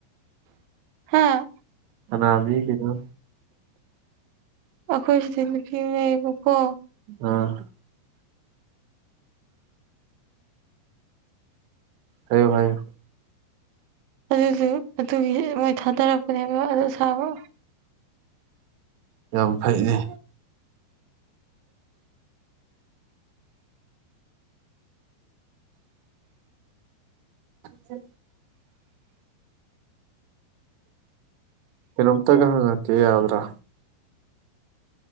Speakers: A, on the right (about 80°); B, on the right (about 70°).
A: ꯍꯥꯥ
B: ꯀꯅꯥ ꯃꯤꯒꯤ ꯅꯣ
A: ꯑꯩꯈꯣꯏ ꯁꯤꯗ ꯅꯨꯄꯤ ꯑꯃꯥ ꯂꯩꯕꯀꯣ
B: ꯑꯥ ꯍꯥꯏꯌꯣ-ꯍꯥꯏꯌꯣ
A: ꯑꯗꯨꯗꯨ ꯑꯗꯨꯒꯤ ꯃꯣꯏ ꯊꯥꯗꯔꯛꯄꯅꯦꯕ ꯑꯗꯨ ꯁꯥꯕ꯫
B: ꯌꯥꯝ ꯐꯩꯅꯦ ꯙ ꯀꯩꯅꯣꯝꯇꯒ ꯍꯪꯉꯛꯀꯦ ꯌꯥꯒꯗ꯭ꯔꯥ